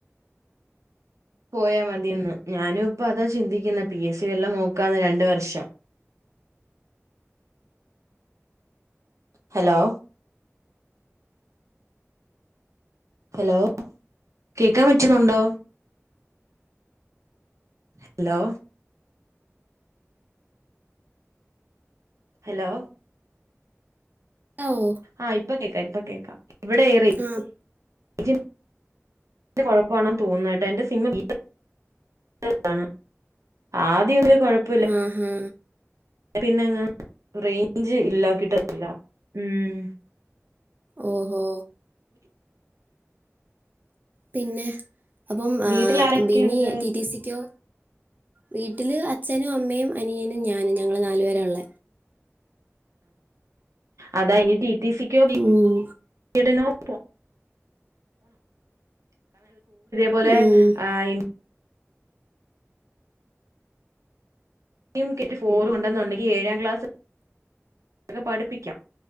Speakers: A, on the right (about 85°); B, on the right (about 35°).
A: പോയാ മതിന്ന് ഞാനും ഇപ്പതാ ചിന്തിക്കുന്നെ പി എസ്സി വല്ലോം നോക്കാന്ന് രണ്ട് വർഷം ഹലോ ഹലോ കേക്കാൻ പറ്റുന്നുണ്ടോ ഹലോ ഹലോ
B: <unintelligible>
A: ആഹ് ഇപ്പ കേൾക്കാം ഇപ്പൊ കേൾക്കാം ഇവിടെ ഏറെ
B: ആഹ്
A: <unintelligible> കുഴപ്പാണെന്ന് തോന്ന ട്ട് എന്റെ സിമ്മ് <unintelligible> <unintelligible> ആദ്യം ഒതിന് കുഴപ്പ
B: ഉം ഹു
A: പിന്നെ ന്ന റേഞ്ച് ഇല്ലാക്കിട്ടില്ല ഉം
B: ഓഹ് ഹോ പിന്നെ അപ്പം ഏഹ്
A: വീട്ടിൽ ആരൊക്കെയുണ്ട്
B: ബിനി ടിടി സിക്കോ വീട്ടിൽ അച്ഛനും അമ്മയും അനിയനും ഞാനും ഞങ്ങൾ നാലു പേര ഉള്ള
A: അതായിനി ടി ടി സിക്കോ
B: ഉം.
A: <unintelligible> പോലെ
B: ഉം.
A: ആഹ് ഇ ഇമ് കെറ്റ് ഫോറും ഉണ്ടെന്നുണ്ടെങ്കിൽ ഏഴാം ക്ലാസ്ക്കെ പഠിപ്പിക്കാം